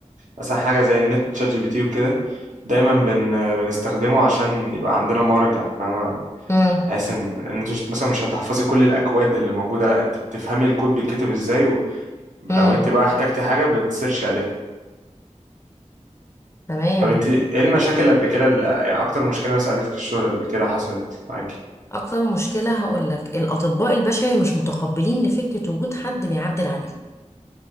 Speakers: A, on the right; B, on the left.
A: مثلا حاجة زي النت شات جي بي تي وكده دايما بن بنستخدمه عشان يبقى عندنا مرجع فاهمة
B: مم.
A: بحيث ان إن انت مش- مثلا مش هتحفظي كل الاكواد اللي موجودة لا انت بتفهمي الكود بيتكتب ازاي ولو
B: امم
A: انت بقى احتجتي حاجة بتسيرشي عليها
B: تمام
A: طب انت ايه المشاكل اللي قبل كده اللي يعني اكتر مشكله مثلا قابلتك في الشغل قبل كده حصلت معاكي
B: اكتر مشكله هقول لك الاطباء البشري مش متقبلين لفكره وجود حد بيعدل عليهم